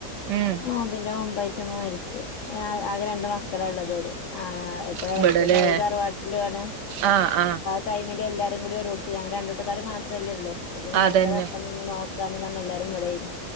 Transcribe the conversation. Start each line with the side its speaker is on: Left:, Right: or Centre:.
Right: ഉം
Left: നോമ്പിന്റെ മുമ്പായിട്ട്മ്മ മരിച്ചു ആഹ് ആകെ രണ്ട് മക്കളാ ഇള്ളതോര് ആഹ് ഇപ്പൊ എളച്ചഛന്
Right: ഇബടല്ലേ
Left: ഓല് തറവാട്ടിലോണ്
Right: ആഹ് ആഹ്
Left: ടൈമില് എല്ലാരും കൂടി ഒരോട്ത്ത് ഞങ്ങള് രണ്ടൂട്ടക്കാര് മാത്രേല്ലേള്ളൂ പിന്നെ
Right: അതന്നെ
Left: രണ്ടാളും ഒപ്പം ന്ന്ക്ക് ഉം നോക്കാന്നും പറഞ് എല്ലാരും ഇവടേനി.